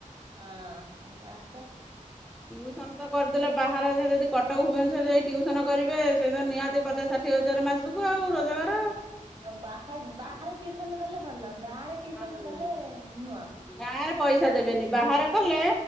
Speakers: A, on the right; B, in the centre.
A: ହଁ ଏଇ ଗାଁ ଛୁଆ।
B: ଟ୍ୟୁସନ ତ କରିଦେଲେ ବାହାର ଯଦି କଟକ ଭୁବନେଶ୍ୱର ଯାଇ ଟଟିୁସନ କରିବେ ସେ ତ ନିହାତି ପଚାଶ ଷାଠିଏ ହଜାର ମାସକୁ ଆଉ ରୋଜଗାର
A: ହଁ ବାହା ବାହାରେ
B: ଆଉ।
A: ଟିଉସନ ଗଲେ ଭଲ। ଗାଁରେ ଟିଉସନ
B: ଆଉ
A: ଗଲେ ନୁହଁ।
B: ଗାଁରେ ପଇସା ଦେବେନି ବାହାରେ କଲେ